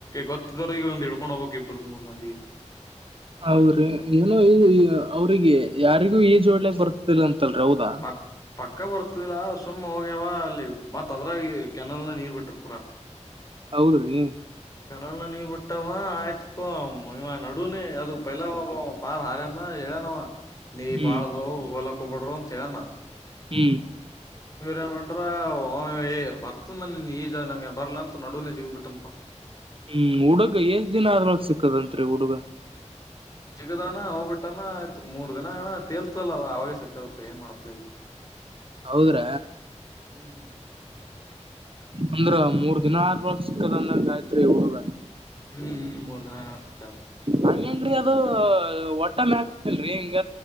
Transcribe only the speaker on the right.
ಹೌದ್ರಿ ಏನೋ ಈ ಅವ್ರಿಗೆ ಯಾರಿಗೂ ಈಜೋಡ್ಲಿಕ್ ಬರ್ತಿಲ್ಲ ಅಂತಲ್ರಿ ಹೌದಾ
ಹೌದ್ರೀ
ಹ್ಮ್
ಹ್ಮ್
ಹ್ಮ್ ಹುಡುಗ ಏಷ್ಟ್ ದಿನ ಆದ್ಮೇಲೆ ಸಿಕ್ದಂತ್ರಿ ಹುಡುಗ
ಹೌದ್ರ
ಅಂದ್ರ ಮೂರ್ ದಿನ ಆದ ಬಳಗ್ ಸಿಕ್ಕದಂದಂಗ ಆಯತ್ರಿ ಒಳಗ
ಹಂಗೇನ್ರರಿ ಅದು ಒಟ್ಟ ಮ್ಯಾಕ್ಲ್ರರಿ ಹಿಂಗ